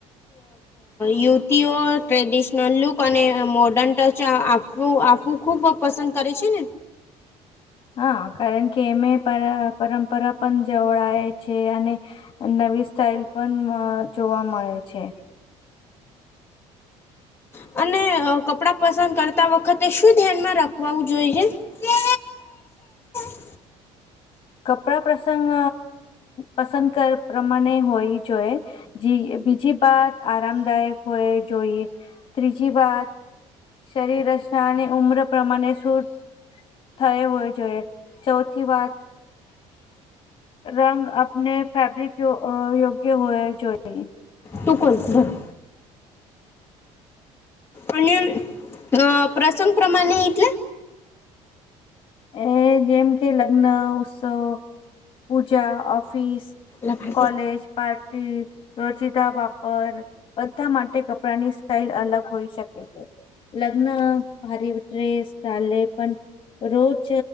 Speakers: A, on the left (about 20°); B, on the left (about 45°).
A: યુવતીઓ ટ્રેડિશનલ લુક અને મોર્ડન ટચ બ આપવું ખૂબ પસંદ કરે છે ને
B: હા કારણ કે એમે પર પરંપરા પણ જવળાય છે અને નવી સ્ટાાઈલ પણ જોવા મળે છે
A: અને કપડાં પસંદ કરતા વખતે શું ધ્યાનમાં રાખવું જોઈ છે <inaudible>
B: કપડા પ્રસંગ પસંદ કર પ્રમાણે હોઈ જોઈએ. બીજી બાત આરામદાયક હોય જોઈએ ત્રીજી વાત શરીર રચના અને ઉમ્ર પ્રમાણે શુદ્ધ થય હોય જોઈએ ચૌથી વાત રંગ આપણે ફેબ્રિક યોગ્ય હોય જોયે
A: તું કોલ <unintelligible> અને <inaudible> અ પ્રસંગ પ્રમાણે એટલે
B: એ જેમ કે લગ્ન ઉત્સવ પૂજા ઓફિસ
A: ભાઈ
B: કોલેજ પા રોચિદા વાપર બધા માટે કપડાની સ્ટાઈલ અલગ હોઈ શકે છે. લગ્ન ભારી ડ્રેસ ચાલે પણ રોજ ચ